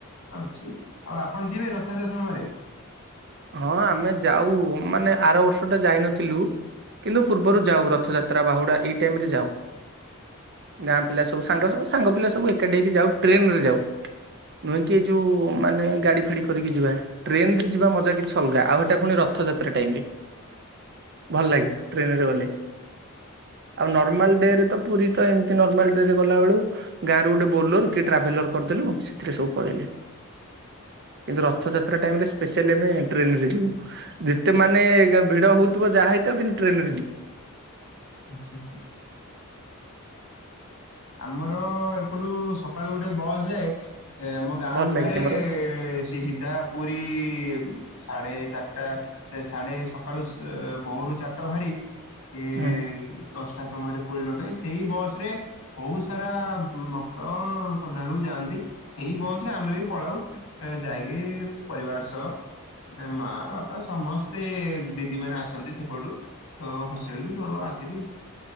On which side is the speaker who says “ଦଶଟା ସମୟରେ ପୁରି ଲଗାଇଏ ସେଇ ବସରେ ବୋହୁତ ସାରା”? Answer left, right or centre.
Left